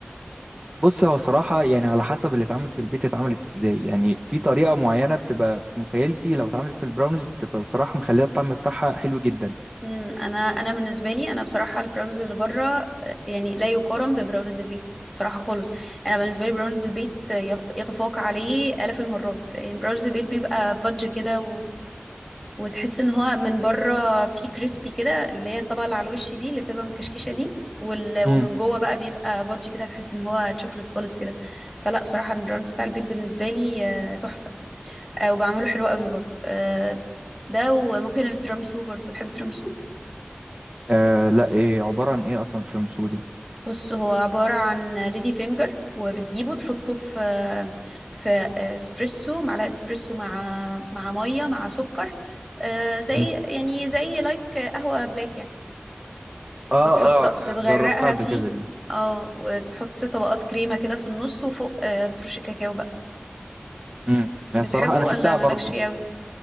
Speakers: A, on the right; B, in the centre.
A: بص هو صراحة يعني على حسب اللي اتعمل في البيت اتعملت ازاي يعني في طريقة معينة بتبقى في مخيلتي لو اتعملت في البراونيز بتبقى صراحة مخلية الطعم بتاعها حلو جدا
B: امم انا انا بالنسبه لي انا بصراحه البراونيز اللي بره آه، يعني لا يقارن ببراونيز البيت بصراحه خالص انا بالنسبه لي براونيز البيت آه، يت- يتفوق عليه آلاف المرات يعني براونيز البيت بيبقى فudge كده وتحس ان هو من بره فيه كريسبي كده اللي هي الطبقه اللي على الوش دي اللي بتبقى مكشكشه دي وال... ومن
A: امم
B: جوه بقى بيبقى فودجي كده تحس ان هو تشوكلت خالص كده فلا بصراحه البراونيز بتاع البيت بالنسبه لي آه، تحفه آه، وبعمله حلو قوي برضو آه، ده وممكن التيراميسو برضو بتحب التيراميسو
A: آه لا ايه عبارة عن ايه اصلا تيراميسو دي
B: بص هو عبارة عن ليدي فينجر وبتجيبه تحطه في في اسبريسو معلقة اسبريسو مع مع مية مع سكر آه، زي
A: امم
B: يعني زي لايك قهوة بلاك يعني
A: اه
B: وتحط بتغرقها
A: اه جربتها قبل
B: فيه
A: كده دي
B: اه وتحط طبقات كريمة كده في النص وفوق آه، ترش كاكاو بقى
A: امم
B: بتحبه
A: هي الصراحة انا
B: ولا
A: شفتها
B: مالكش
A: برضو
B: فيه قوي